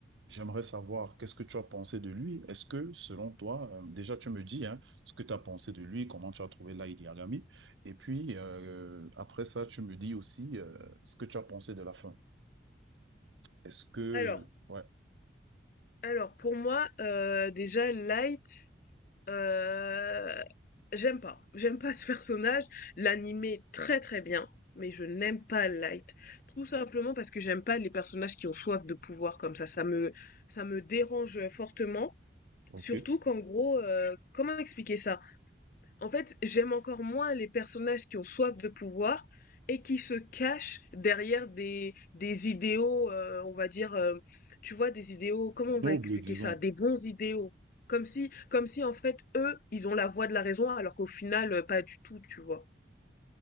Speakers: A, on the right; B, on the left.
A: j'aimerais savoir, qu'est-ce que tu as pensé de lui? Est-ce que, selon toi, euh, déjà tu me dis hein, ce que tu as pensé de lui, comment tu as trouvé Light Yagami, et puis euh, après ça, tu me dis aussi euh, ce que tu as pensé de la fin. Est-ce que...
B: Alors,
A: Ouais,
B: alors, pour moi, euh, déjà, Light, Heu, j'aime pas. J'aime pas <laughs> ce personnage. L'anime est très, très bien, mais je n'aime pas Light. Tout simplement parce que j'aime pas les personnages qui ont soif de pouvoir comme ça. Ça me ça me dérange, fortement.
A: ok.
B: Surtout qu'en gros, heu, comment expliquer ça? En fait, j'aime encore moins les personnages qui ont soif de pouvoir et qui se cachent derrière des des idéaux, heu, on va dire, heu, tu vois, des idéaux comment on va
A: Noble,
B: expliquer
A: disons.
B: ça? Des bons idéaux. Comme si comme si, en fait, eux, ils ont la voix de la raison alors qu'au final, heu, pas du tout, tu vois?